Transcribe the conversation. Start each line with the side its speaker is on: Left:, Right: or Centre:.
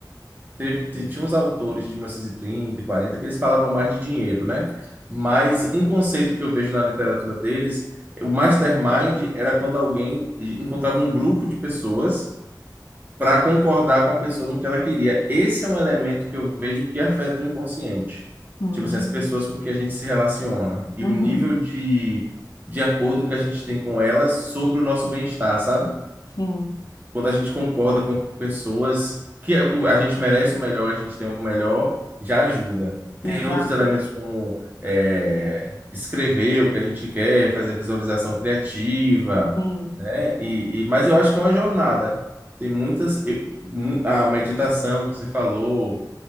Right: teve, te- tinha uns autores de 1930 e 40 que eles falavam mais de dinheiro, né? Mas um conceito que eu vejo na literatura deles, o mastermind era quando alguém encontrava um grupo de pessoas para concordar com a pessoa no que ela queria. Esse é um elemento que eu vejo que afeta o inconsciente.
Left: Hum,
Right: Tipo assim, as pessoas com que a gente se relaciona e
Left: uhum,
Right: o nível de, de acordo que a gente tem com elas sobre o nosso bem-estar, sabe?
Left: sim,
Right: quando a gente concorda com pessoas que o- a gente merece o melhor, a gente tem o melhor, já ajuda. Tem
Left: exato,
Right: outros elementos como é, escrever o que a gente quer, fazer visualização criativa,
Left: sim.
Right: né? E, e- mas eu acho que é uma jornada. Tem muitas, eu- mu- a meditação que você falou,